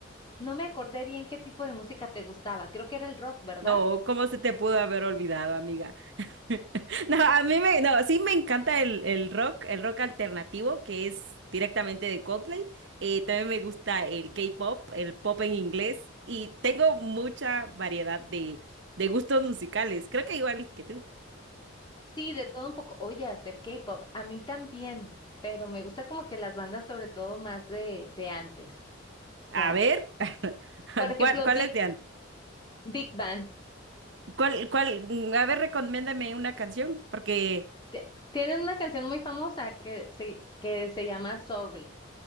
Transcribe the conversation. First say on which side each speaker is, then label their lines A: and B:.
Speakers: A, on the left (about 25°); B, on the right (about 60°).
A: No me acordé bien qué tipo de música te gustaba. Creo que era el rock, ¿verdad?
B: No, ¿cómo se te pudo haber olvidado, amiga? <laughs> No, a mí me, no, sí me encanta el, el rock, el rock alternativo, que es directamente de Coldplay. Eh, también me gusta el K-pop, el pop en inglés, y tengo mucha variedad de, de gustos musicales. Creo que igual que tú.
A: Sí, de todo un poco. Oye, hasta el K-pop. A mí también, pero me gusta como que las bandas, sobre todo más de, de antes.
B: A
A: O sea,
B: ver, <laughs>
A: por ejemplo,
B: ¿cuál, cuál
A: Big,
B: es de antes?
A: Big Bang.
B: ¿Cuál, cuál? mm, A ver, recomiéndame una canción, porque
A: Te- Tienen una canción muy famosa que se, que se llama Sorry.